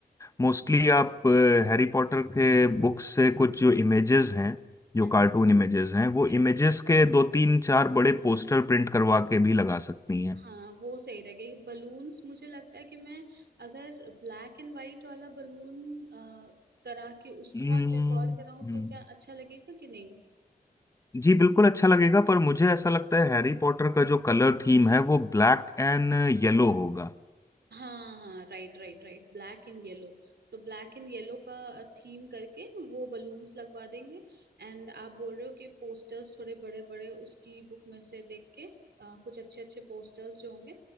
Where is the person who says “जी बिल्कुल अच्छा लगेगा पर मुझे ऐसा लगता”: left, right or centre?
Left